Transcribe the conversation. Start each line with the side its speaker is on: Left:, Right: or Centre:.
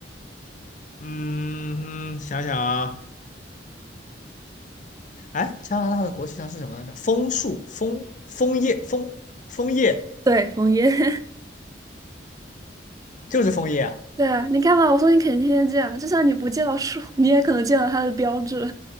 Left: 嗯，嗯想想啊，哎，加拿大的国旗上是什么来着？枫树，枫枫叶，枫枫叶
Right: <laughs> 对，枫叶，
Left: 就是枫叶啊。
Right: <laughs> 对啊，你看吧，我说你肯定天天见，啊，就算你不见到树，你也可能见到它的标志，